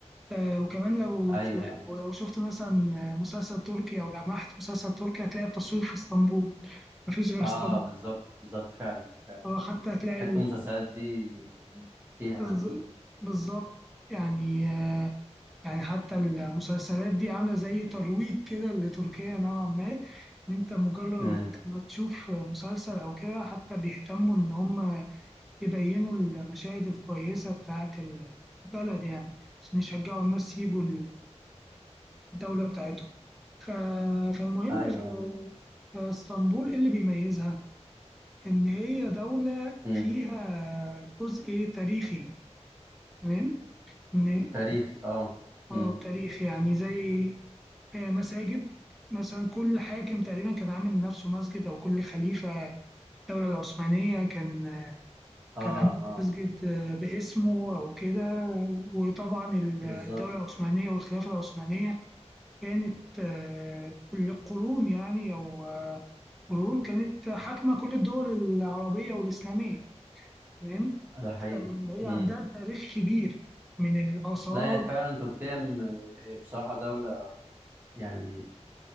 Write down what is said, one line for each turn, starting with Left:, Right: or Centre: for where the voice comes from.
Centre: آه، وكمان لو
Right: ايوه ايوه
Centre: لو شفت مثلا مسلسل تركي أو لمحت مسلسل تركي هتلاقي التصوير في اسطنبول مفيش غير
Right: اه
Centre: اسطنبول
Right: بالظبط بالظبط فعلا فعلا
Centre: آه، حتى هتلاقي
Right: حته المسلسلات دي مم. فيها
Centre: بالظ-
Right: انا
Centre: بالظبط يعني آه، يعني حتى المسلسلات دي عاملة زي ترويج كده لتركيا نوعا ما إن أنت مجرد
Right: امم
Centre: ما تشوف مسلسل أو كده حتى بيهتموا إن هم يبينوا المشاهد الكويسة بتاعة البلد يعني عشان يشجعوا الناس يجوا الدولة بتاعتهم ف... فالمهم
Right: ايوه
Centre: في
Right: ايوه
Centre: في اسطنبول إيه اللي بيميزها؟ إن هي دولة
Right: امم
Centre: فيها جزء تاريخي تمام؟ إن
Right: تاريخ اه
Centre: اه
Right: امم
Centre: تاريخ يعني زي آه، مساجد مثلا كل حاكم تقريبا كان عامل لنفسه مسجد او كل خليفة في الدولة العثمانية كان
Right: اه
Centre: كان عامل
Right: اه
Centre: مسجد آه، باسمه او كده وطبعا الدولة
Right: بالظبط
Centre: العثمانية والخلافة العثمانية كانت آه، بالقرون يعني او آه، قرون كانت حاكمة كل الدول العربية والإسلامية تمام
Right: ده حقيقي
Centre: فهي
Right: امم
Centre: عندها تاريخ كبير من الآثار
Right: لا هي فعلا تركيا م- بصراحه دوله يعني